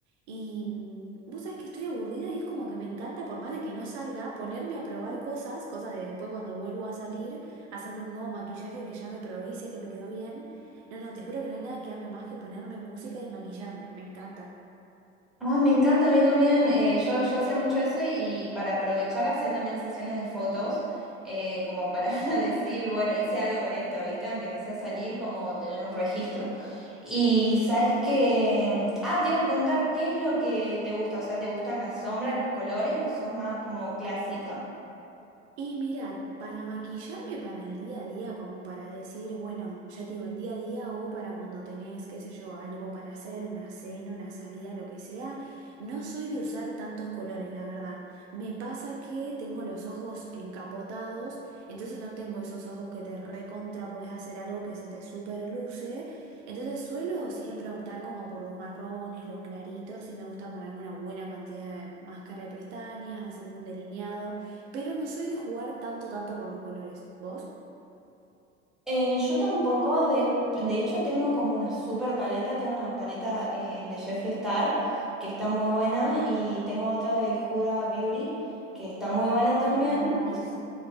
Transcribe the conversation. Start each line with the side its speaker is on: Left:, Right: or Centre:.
Right: Y mm, vos sabés que estoy aburrida y es como que me encanta, por más de que no salga, ponerme a probar cosas, cosa de después cuando vuelvo a salir, hacerme un nuevo maquillaje que ya me probé y sé que me quedó bien. No, no, te juro que no hay nada que ame más que ponerme música y maquillarme, me encanta.
Centre: Ay, me encanta, a mí también. Eh, yo, yo hacía mucho eso y, y para aprovechar hacía también sesiones de fotos, eh, como para <laughs> decir, bueno, hice algo con esto, ¿viste? Aunque no sea salir, como tener un registro. Y sabes que, ah, te iba a preguntar, ¿qué es lo que te gusta? O sea, ¿te gustan las sombras, los colores o sos más como clásica?
Right: Y mirad, para maquillarme para el día a día, como para decir, bueno, ya te digo, el día a día o para cuando tenés, qué sé yo, algo para hacer, una cena, una salida, lo que sea, no soy de usar tantos colores, la verdad. Me pasa que tengo los ojos encapotados, entonces no tengo esos ojos que te recontra, podés hacer algo que se te superluce. Entonces suelo siempre optar como por los marrones, los claritos, y me gusta ponerme una buena cantidad de máscara de pestañas, hacerme un delineado. Pero no soy de jugar tanto, tanto con los colores. ¿Vos?
Centre: Eh, yo tampoco, de, de hecho tengo como una super paleta, tengo una paleta eh, de Jeffree Star que está muy buena y tengo otra de Huda Beauty que está
Right: Ay,
Centre: muy buena
Right: qué
Centre: también.
Right: lindas.